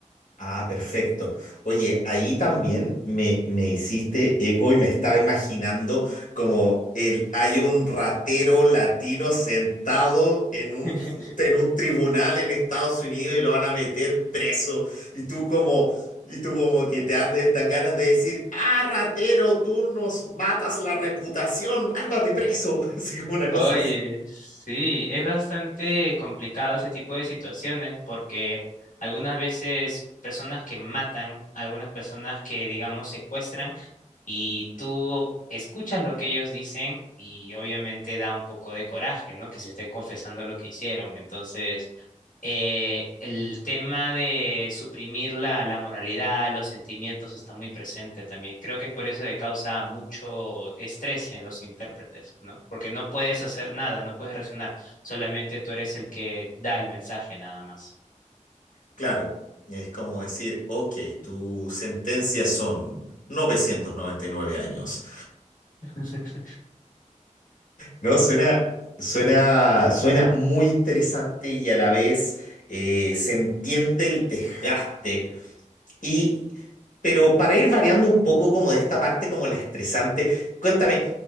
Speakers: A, on the left (about 75°); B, on the left (about 90°).
A: Ah, perfecto. Oye, ahí también me, me hiciste eco y me estaba imaginando como el, hay un ratero latino sentado en un,
B: <laughs>
A: ju- en un tribunal en Estados Unidos y lo van a meter preso. Y tú como, y tú como que te andes tan ganas de decir, ah, ratero, tú nos matas la reputación, ándate preso. <laughs> Así como una cosa
B: Oye,
A: así.
B: sí, es bastante complicado ese tipo de situaciones porque algunas veces personas que matan, algunas personas que, digamos, secuestran, y tú escuchas lo que ellos dicen y obviamente da un poco de coraje, ¿no? Que se estén confesando lo que hicieron. Entonces, eh, el tema de suprimir la, la moralidad, los sentimientos está muy presente también. Creo que es por eso que causa mucho estrés en los intérpretes, ¿no? Porque no puedes hacer nada, no puedes reaccionar, solamente tú eres el que da el mensaje nada más.
A: Claro, es como decir, ok, tu sentencia son 999 años.
B: <laughs>
A: No, suena, suena, suena muy interesante y a la vez eh, se entiende el desgaste. Y, pero para ir variando un poco como de esta parte como la estresante, cuéntame,